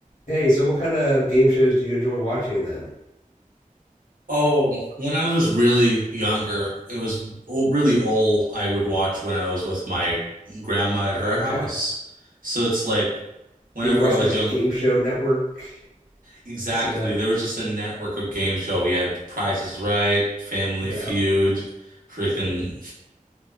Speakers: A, on the left (about 75°); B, on the right (about 75°).
A: Hey, so what kind of game shows do you enjoy watching then?
B: Oh, when I was really younger, it was all, really all I would watch when I was with my grandma at
A: Uh,
B: her house.
A: okay.
B: So it's like whenever
A: Did you watch
B: I was
A: like
B: young,
A: Game Show Network? Do
B: exactly,
A: you see that?
B: there was just a network of game show. We had Price is Right, Family
A: Yeah.
B: Feud, freaking